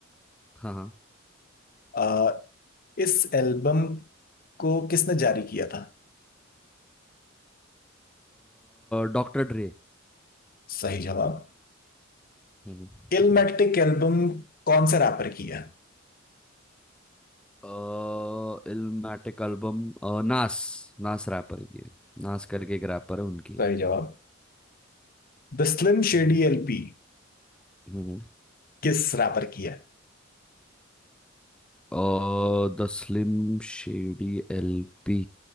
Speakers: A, in the centre; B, on the left (about 45°).
A: हाँ हाँ
B: अ, इस एल्बम को किसने जारी किया था
A: डॉक्टर ड्रे
B: सही जवाब
A: हम्म, शुक्रिया
B: इलमेटिक एल्बम कौन से रैपर की है
A: अ इल्मेटिक एल्बम अ, नास नास रैपर की है नास करके एक रैपर है उनकी
B: सही
A: है
B: जवाब द स्लिम शेडी
A: हम्म,
B: एलपी
A: हम्म।
B: किस रैपर की है
A: अ द स्लिम शेडी एलपी